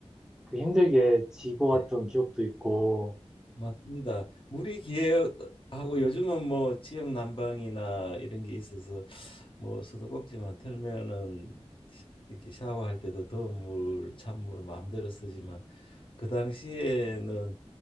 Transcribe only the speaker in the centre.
그 힘들게 지고 왔던
기억도 있고,